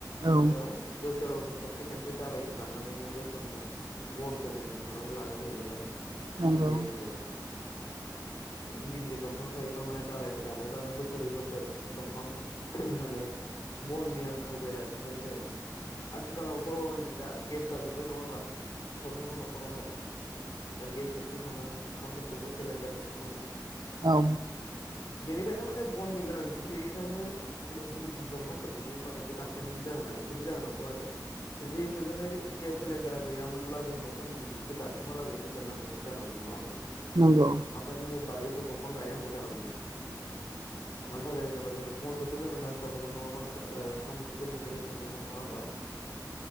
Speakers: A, on the right; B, on the left.
A: औ
B: <unintelligible> बोसोराव जों खनसे खनसे दाालायखौ दाननानैनो बोसोरनि बनखौ जों बुथुमनानै लानाय जायोमोन आरो
A: नंगौ
B: जिहेथु
A: <inaudible>
B: गिदिर गिदिर दंफां थायोबा माने दालायखौ दानोबानो बोसोरै बोसोर दंफां माने बननि आंखाल जाया बेफोरबायदि जायोमोन आथिखालावथ नै दा गेस जाजोब्बाय नङा होमबा सबनिबो न'खरावहाय दा गेसजोंसो सङो ओंखामफोरखौबो सिलेन्डारजों सङो
A: औ नंगौ औ
B: बेनिखायनो माने बननि गोनांथि गैयैखायनो गिदिर गिदिर दंफांफोरखौबो माखासे दानखायनायनि जाहोना इफोरनि जाहोनावबो आरो जिहेतु जोंनो गेस सिलिडारा गैयामोनब्ला जों दंफां गिद गिदिर दासिमहालागैबो दोननांगौ जानांगौ नङा होमबा
A: नंगौ
B: माखासे जों बारिफोर दंफां गायनांगौ जानांगौमोन मानो थाखाय होनोबा जोंनो बनखौथ जोंनो नथारगौमोन नङाबा ओं ओखाम ओख्रिखौ जों बोरैं संगौमोन नङा होमबा
A: <inaudible>